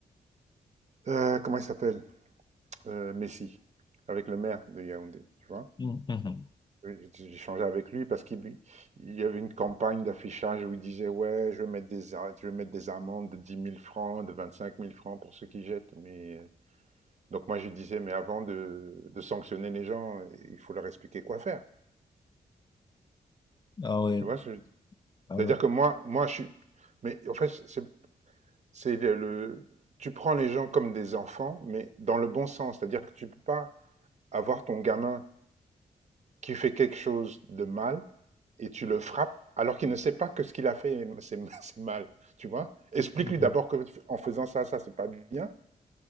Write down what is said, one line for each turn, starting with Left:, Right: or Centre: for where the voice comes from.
Right: euh, comment il s'appelle? Heu, Messi, avec le maire de Yaoundé, tu vois?
Left: Mhm.
Right: Oui, j'ai j'ai avec lui parce qu'il il y avait une campagne d'affichage où il disait: «Ouais, je vais mettre des a je vais mettre des amendes de dix mille francs, de vingt-cinq mille francs pour ceux qui jettent», mais heu, donc moi, je lui disais: «Mais avant de de sanctionner les gens, il faut leur expliquer quoi faire».
Left: Ah ouais,
Right: Tu vois ce que je veux dire?
Left: ah
Right: C'est-à-dire
Left: ouais.
Right: que moi moi, je suis mais en fait, c'est c'est le le tu prends les gens comme des enfants, mais dans le bon sens, c'est-à-dire que tu peux pas avoir ton gamin qui fait quelque chose de mal et tu le frappes alors qu'il ne sait pas que ce qu'il a fait c'est <laughs> mal, tu vois. Explique-lui
Left: Mhm.
Right: d'abord que en faisant ça ça c'est pas bien